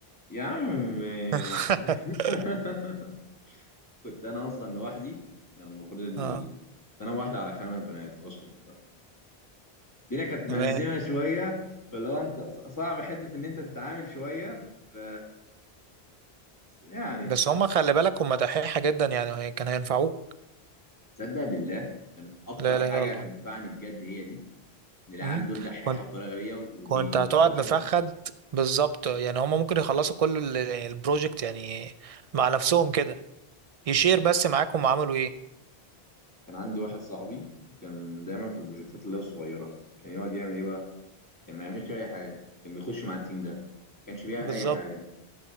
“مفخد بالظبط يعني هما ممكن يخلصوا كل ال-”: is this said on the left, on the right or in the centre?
Right